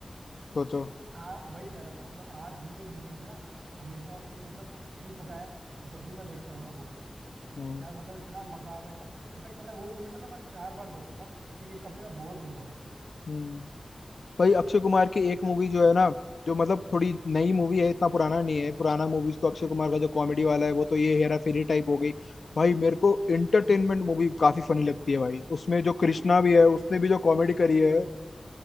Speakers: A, on the left; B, on the right.
A: सोचो
B: आ वही कह रहा था मतलब आज भी वो मूवी ना हमेशा से मतलब अभी पता है जब भी मैं देखता हूँ ना वो
A: हम्म
B: यार मतलब इतना मजा आता है, इतना इनफेक्ट पता है वो मूवी मतलब मैं चार बार देख चुका लेकिन कभी मैं बोर नहीं हुआ उससे
A: हम्म भाई अक्षय कुमार की
B: वैसे
A: एक मूवी जो है ना जो मतलब थोड़ी नई
B: हाँ
A: मूवी है इतना पुराना नहीं है पुराना मूवीज तो अक्षय कुमार का जो कॉमेडी वाला है वो तो ये हेरा फेरी टाइप हो गई भाई मेरे को एंटरटेनमेंट मूवी काफी फनी लगती है भाई उसमें
B: भाई,
A: जो कृष्णा भी है उसने भी जो
B: मुझे
A: कॉमेडी करी
B: भी
A: है
B: भाई